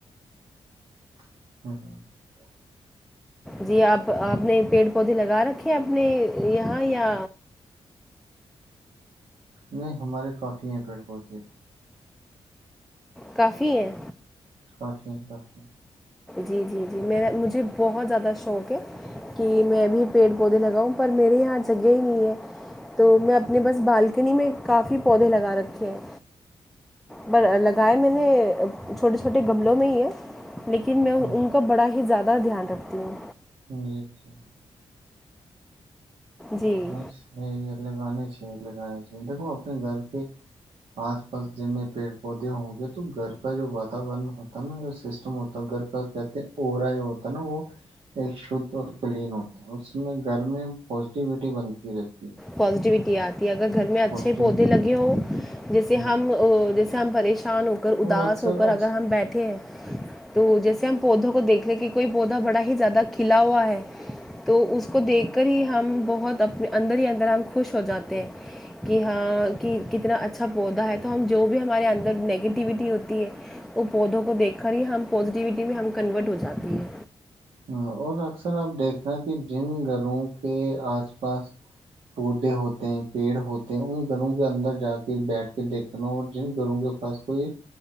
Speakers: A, on the right (about 75°); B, in the centre.
A: <inaudible>
B: جی آپ آپ نے پیڑ پودے لگا رکھے اپنے یہاں یا
A: نہیں ہمارے کافی ہیں پیڑ پودے
B: کافی ہیں
A: کافی کافی
B: جی جی جی میرا مجھے بہت زیادہ شوق ہے کہ میں بھی پیڑ پودے لگاؤں پر میرے یہاں جگہ ہی نہیں ہے تو میں اپنے بس بالکنی میں کافی پودے لگا رکھے ہیں پر لگائے میں نے چھوٹے چھوٹے گملوں میں ہی ہے لیکن
A: ہیں
B: میں ان
A: جی
B: کا بڑا ہی زیادہ بڑا دھیان رکھتی ہوں
A: جی جی
B: جی
A: بس گئے تھے اپ کالج لگانانی چاہیے دیکھو اپنے گھر کے آس پاس جتنے پیڑ پودے ہوں گے تو گھر کا جو واتورن ہوتا نا جو سسٹم ہوتا گھر کا کہتے ہیں ارا جو ہوتا ہے نا وہ ایک شھ اور کلین ہوتا ہے اس میں گھر میں ایکٹیوٹی بنتی رہتی ہے
B: پزیٹیویٹی آتی اگر گھر میں اچھے
A: پازیٹیو
B: پودے لگے ہو جیسے
A: ہاں
B: ہم جیسے ہم پریش شان ہو کر اداس
A: اور اکثر
B: ہو کر اگر
A: اکثر
B: ہم بیٹھے ہیں تو جیسے ہم پودوں کو دیکھ لے کہ کوئی پودا بڑا ہی زیادہ کھلا ہوا ہے تو اس کو دیکھ کر ہی ہم بہت اپنے اندر ہی اندر ہم خوش ہو جاتے ہیں کہ ہاں کہ کتنا اچھا پودا ہے تو ہم جو بھی ہمارے اندر نگیٹیوٹی ہوتی ہے وہ پودوں کو دیکھ کر ہی ہم پوزیٹیوٹی میں ہم کنورٹ ہو جاتی ہیں
A: ہاں اور اکثر آپ دیکھ رہے کہ جن گھروں کے آس پاس پودے ہوتے ہیں پیڑ ہوتے ہیں ان گھروں کے اندر جا کے بیٹھ کے دیکھنا اور جن گھروں کے پاس کوئی